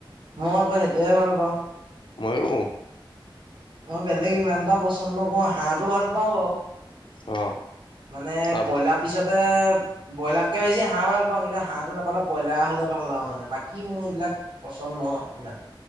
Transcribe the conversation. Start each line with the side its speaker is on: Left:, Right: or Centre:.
Right: মই আকৌ সেইটোৱে ভাল পাওঁ
Left: ময়ুৰ
Right: মই বেলেগ ইমান এটা পচন্দকৰো হাঁহটো ভাল পাওঁ বাৰু
Left: অ
Right: মানে
Left: তাৰপিছত
Right: ব্ৰইলাৰ পিছতে ব্ৰইলাৰকে বেছি হাঁহ ভাল পাওঁ কিন্তু হাঁহটো নাপালে ব্ৰইলাৰ হলে ভাল লাওঁ মানে বাকী মোৰ এইবিলাক পন্ন কিমান